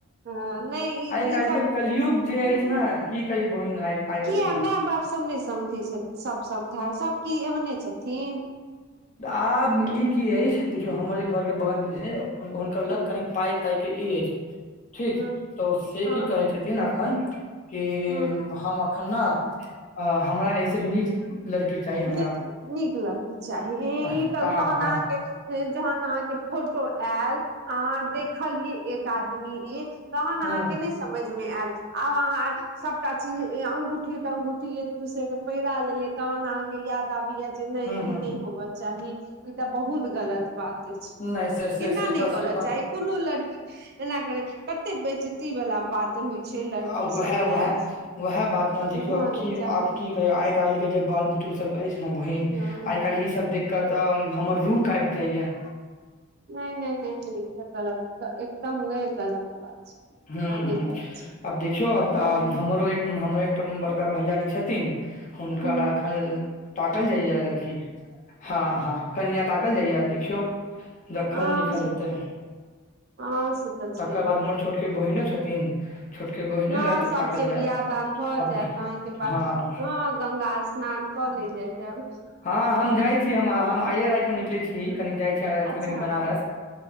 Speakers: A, on the right (about 50°); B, on the left (about 35°).
A: हँ नहि ई
B: काल्हिके
A: ई सब
B: कलयुग जे
A: नहि
B: अछि ने
A: नहि नहि
B: की कही
A: नहि
B: बहिन आइ आइ काल्हिके।
A: किया माय बाप सब नै समझै छथि सब समझाइ सब की एहने छथिन?
B: आब ई की अछि, देखिऔ हमर जे घर के बगलमे जे छै, हुन हुनकर लग
A: हँ
B: कनी पाइ-ताइके ई अछि, ठीक?
A: हँ
B: तऽ ओ से
A: हँ
B: की कहै छथिन अखन कि
A: हँ
B: हम अखन ने अ हमरा एहिसँ नीक लड़की चाही हमरा।
A: नीक नीक लड़की चाही,
B: हँ
A: ई तऽ
B: हँ
A: तहन अहाँकेँ से जहन अहाँके फोटो आएल अहाँ देखलियै एक आदमी ई तहन
B: ह
A: अहाँकेँ नहि स्- समझ मे आएल, आब अहाँ सबटा चीज ए अंगूठी-तंगूठी एक दूसरे के पहिरा लेलियै तहन अहाँ के याद आबैए जे नहि
B: ह ह
A: ई नहि होबक चाही, ई त बहुत गलत बात अछि।
B: नहि से से
A: एना
B: से
A: नहि
B: तऽ
A: करक
B: से तऽ
A: चाही। कोनो लड़की के एना केनाइ कतेक बेज्जती वला बात होइ छै लड़की
B: आब उएह
A: सब
B: उएह
A: लए
B: उएह बात ने,
A: बुझऽ
B: देखियौ आब की
A: नहि चाही
B: आब की कहिऔ। आइ-काल्हिके जे बाल बुतरुसभ अछि ने बहिन,
A: हँ
B: आइ काल्हि ई सब देख कऽ तऽ हमर रूह कांपि जाइए।
A: नहि नहि नहि नहि ई तऽ गलत ई तऽ एकदम्मे गलत बात छै।
B: ह्म
A: एना नहि
B: ह्म,
A: करऽ
B: आब देखिऔ आब
A: चाही
B: तऽ हमरो एक उम्म हमर एक तऽ उम्म बड़का भैआरी छथिन, हुनका
A: हूँ
B: लए एखन ताकल जाइए लड़की। हँ हँ, कनिआँ ताकल जाइए आब देखिऔ जखन
A: हँ
B: लिखल
A: से
B: हेतै।
A: तऽ हँ से तऽ छैहे
B: तकर बाद हमर छोटके बहिने छथिन। छोटकी बहिनो
A: हँ
B: लए ताकल
A: सभके
B: जायत
A: बिआह दान भऽ
B: आब
A: जाय ताहिके बाद
B: हँ
A: हँ, गंगा स्नान कऽ लै जाइ जाएब।
B: हँ, हम जाइत छी हम हम आइए रातिमे निकलैत छी। कि कनि जाइ छियै आइ रातिमे
A: अच्छा
B: कनि बनारस,